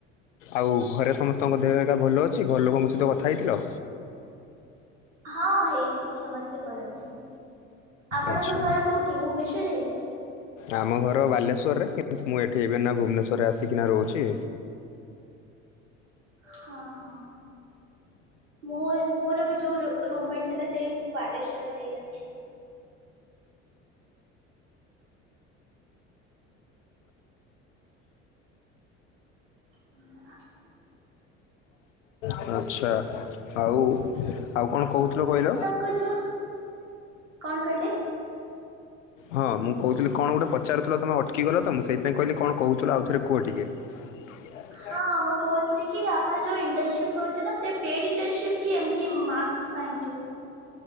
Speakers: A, on the left; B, on the right.
A: ଆଉ ଘରେ ସମସ୍ତଙ୍କ ଦେହିକା ଭଲ ଅଛି ଘରଲୋକଙ୍କ ସହିତ କଥା ହେଇଥିଲ।
B: ହଁ ହେଇଥିଲି ସମସ୍ତେ ଭଲ ଅଛନ୍ତି ଆପଣଙ୍କ
A: ଆଚ୍ଛା
B: ଘର କୋଉଠି ଭୁବନେଶ୍ଵରରେ?
A: ଆମ ଘର ବାଲେଶ୍ୱରରେ କିନ୍ତୁ ମୁଁ ଏଠି ଏବେ ଏଇନା ଭୁବନେଶ୍ୱରରେ ଆସିକିନା ରହୁଛି।
B: ହଁ। ମୁଁ ମୋର ବି ଯୋଉ ରୁ ରୁମମେଟ ଥିଲା ସେଇ ବାଲେଶ୍ଵରରେ ହିଁ ଅଛି। <inaudible>
A: ଆଚ୍ଛା ଆଉ ଆଉ କଣ କହୁଥିଲ କହିଲ?
B: କୋଜୋ କଣ କହିଲେ?
A: ହଁ ମୁଁ କହୁଥିଲି କଣ ଗୋଟେ ପଚାରୁଥିଲ ତମେ ଅଟକି ଗଲ ତ ମୁଁ ସେଇଥିପାଇଁ କହିଲି କଣ କହୁଥିଲ ଆଉଥରେ କୁହ ଟିକେ। <inaudible>
B: ହଁ ମୁଁ କହୁଥିଲି କି ଆପଣ ଯୋଉ ଇଣ୍ଟର୍ନସିପ୍ କରୁଛନ୍ତି ସେ ପେଡ୍ ଇଣ୍ଟର୍ନସିପ୍ କି ଏମତି ମାରକ ଶ୍ ପାଇଁ ଜଉ।